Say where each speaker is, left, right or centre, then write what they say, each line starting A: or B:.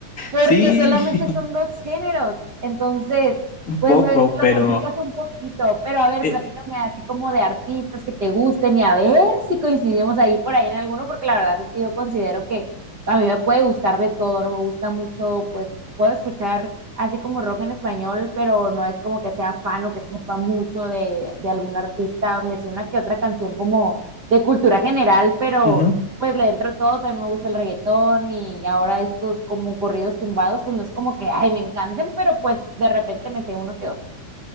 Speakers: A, on the right; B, on the left.
A: porque
B: Sí,
A: solamente
B: <laughs>
A: son dos géneros. Entonces,
B: un poco,
A: pues me, me
B: pero,
A: lo complicas un poquito. Pero a ver,
B: eh,
A: platícame así como de artistas que te gusten y a ver si coincidimos ahí por ahí en alguno, porque la verdad es que yo considero que a mí me puede gustar de todo, no me gusta mucho, pues puedo escuchar así como rock en español, pero no es como que sea fan o que sepa mucho de, de algún artista. Me sé una que otra canción como de cultura general, pero
B: ujú.
A: pues le entro todo, también me gusta el reggaetón y ahora estos como corridos tumbados, pues no es como que, ay, me encanten, pero pues de repente me sé uno que otro.